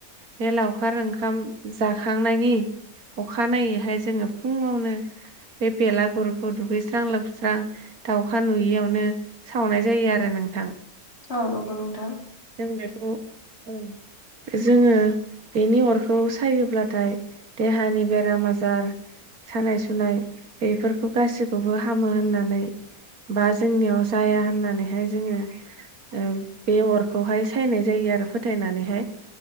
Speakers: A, on the right (about 80°); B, on the left (about 45°).
A: बे लावखार ओंखाम जाखांनायनि अखानायैहाय जोङो फुङावनो बे बेलागुरुखौ दुगैस्रां लोबस्रां दाउखा नुयियावनो सावनाय जायो आरो नोंथां
B: औ नंगौ नोंथां
A: जों बेखौ उम जोङो बेनि अरखौ सायोब्लाथाय देहानि बेराम आजार सानाय सुनाय बेफोरखौ गासिखौबो हामो होननानै बा जोंनियाव जाया होननानै हाय जोङो ओ बे अरखौहाय सायनाय जायो आरो फोथायनानैहाय